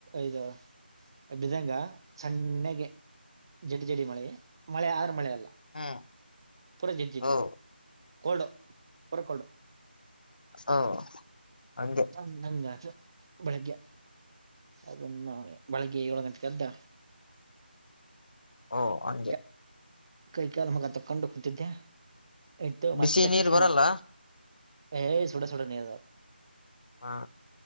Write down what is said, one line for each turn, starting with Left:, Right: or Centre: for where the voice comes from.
Right: ಐದು. ಬಿದಂಗ್ ಸಣ್ಣಗೆ ಜಡಿ ಜಡಿ ಮಳೆ ಮಳೆ ಆದ್ರ ಮಳೆ ಅಲ್ಲ.
Left: ಹ್ಮ್
Right: ಪೂರ ಜಡ್ ಜಿಡ್ಡಿ
Left: ಓ
Right: ಕೊಲ್ಡು ಪುರ ಕೊಲ್ಡು.
Left: ಹ್ಮ್ ಹಂಗೆ.
Right: ಹ ನಂಗ ಅದು ಬೆಳಿಗ್ಗೆ ಅದನ್ನ ಬೆಳಗ್ಗೆ ಯೊಳ್ ಗಂಟೆಗೆ ಎದ್.
Left: ಓ ಹಂಗೆ.
Right: ಕ- ಕೈ ಕಾಳ್ ಮಗ ತಕೊಂಡು ಕುೂತಿದ್ದೆ ಇತ
Left: ಬಿಸಿ
Right: ಮತ್ತೆ
Left: ನೀರ್
Right: ಟಿಫಿನ್
Left: ಬರಲ್ಲ
Right: ಮಾಡ್ಕ. ಏ ಸುಡ ಸುಡ ನೀದ.
Left: ಹಾ